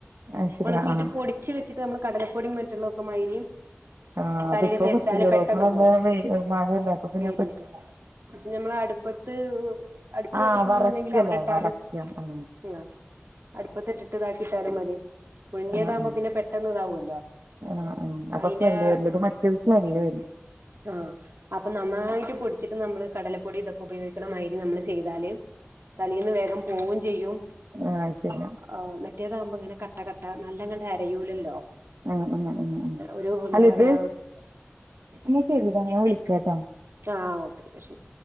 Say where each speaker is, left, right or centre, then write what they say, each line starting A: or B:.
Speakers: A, on the right (about 80°); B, on the right (about 60°).
A: അത് ശരി
B: ഒണക്കിട്ട്
A: ആ
B: പൊടിച്ച് വച്ചിട്ട് നമ്മൾ കടലപ്പൊടിയും മറ്റുള്ളതൊക്കെ മാതിരി
A: ആ
B: തലതേച്ചാല്
A: അതിപ്പോൾ പറ്റില്ലടോ
B: പെട്ടെന്ന്
A: ഇപ്പോൾ നല്ല
B: പോകും
A: വെയിൽ മഴയല്ലേ അപ്പോൾ പിന്നെ
B: മെല്
A: പറ്റില്ല
B: ഞമ്മള അടുപ്പത്ത് അടുപ്പ്
A: ആ
B: കത്തിക്കു
A: വറക്കല്ലേ
B: ണ്ടെങ്കിൽ അവിടെ ഇട്ടാലും
A: വറക്കുക ആ
B: ആ അടുപ്പത്തിട്ടിട്ടതാക്കിട്ടാലും മതി പുഴുങ്ങിയതാകുമ്പോ
A: ആ ആ
B: പിന്നെ പെട്ടന്ന് ഇതാവൊല്ലോ
A: ആ ആ അപ്പോൾ
B: അതിന്റെ
A: സ്മെല്ല് വരില്ല ഇത്
B: ആ
A: മറ്റേത് സ്മെല്ല് വരും
B: ആ ആ അപ്പൊ നന്നായിട്ട് പൊടിച്ചിട്ട് നമ്മള് കടലപ്പൊടി ഇതൊക്കെ ഉപയോഗിക്കണമായിതിരി നമ്മള് ചെയ്താല് തലയിന്ന് വേഗം പോവും ചെയ്യും
A: ആഹ് ശരി
B: ആ മറ്റേതാകുമ്പോ ഇങ്ങനെ കട്ട കട്ട നല്ലങ്ങണ്ട് അരയൂലല്ലോ
A: ആ ഉ ഉ ഉ
B: ഒരു എന്താ
A: അല്ല
B: പറയാ
A: ഇത് ന്ന ശരിടാ ഞാൻ വിളിക്ക ട്ടോ
B: ആ ഓക്കെ ഓക്കെ ശരി